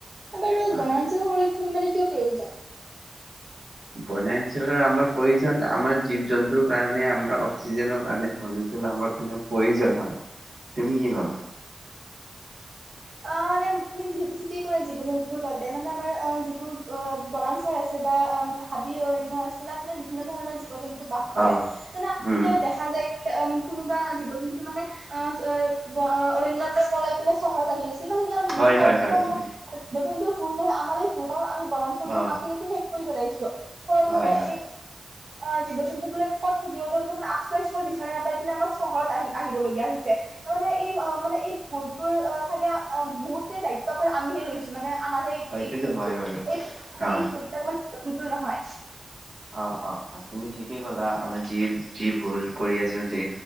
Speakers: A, on the right; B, on the right.
A: বাৰু
B: আহ
A: বনাঞ্চল সংৰক্ষণ মানে কিয় প্ৰয়োজন?
B: বনাঞ্চলৰ আমাৰ প্ৰয়োজন আমাৰ জীৱ জন্তুৰ কাৰণে আমাৰ অক্সিজেনৰ কাৰণে বনাঞ্চলৰ আমাৰ প্ৰয়োজন হয়, তুমি কি ভাবা?
A: অ' মানে তুমি যিহেতু ঠিকেই কৰা জীৱ জন্তুৰ বাবে মানে আমাৰ অ যিবোৰ অ বনাঞ্চল আছে বা হাবি অৰণ্য আছে। তাত মানে বিভিন্ন ধৰণৰ জীৱ জন্তু বাস কৰে,
B: অ
A: মানে আমাৰ
B: উম
A: কেতিয়াবা দেখা দেখা যায় কোনোবা জীৱ জন্তু মানে অ', অৰণ্যৰ পৰা পলাই কিনে চহৰত <unintelligible> মানে ইয়াৰ মূল
B: হয়
A: কাৰণটো
B: হয় হয়
A: আমাৰ
B: তুমি
A: জীৱ-জন্তুৰ ভুল নহয় আমাৰেই ভুল কাৰণ আমি বনাঞ্চলবোৰ
B: অ
A: কাটি কাটি শেষ কৰিব লাগিছো। ফলত
B: হয়
A: মানে
B: হয়
A: এই অ', জীৱ-জন্তুবিলাক ক'ত থাকিব তেওঁলোকে মানে আশ্ৰয়স্থল বিচাৰি নাপাই পিনে আমাৰ চহৰত আহি আহিবলগীয়া হৈছে। তাৰমানে এই অ', মানে এই ভুল তোৰ চাগে বহুতে দায়িত্বভাৰ আমিহে লৈছো মানে আমাৰ সেই এই
B: সেইটোতো
A: ভুলটো,
B: হয় বাৰু
A: এই ভুলটো মানে
B: অ
A: এই ভুল আমাৰ জন্তুৰ নহয়।
B: অ', অ', তুমি ঠিকেই ক'লা আমাৰ যি যি ভুল কৰি আছোঁ যি।